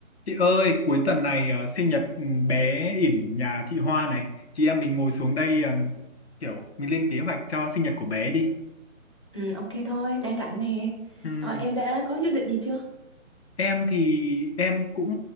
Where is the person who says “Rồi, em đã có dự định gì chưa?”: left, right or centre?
Left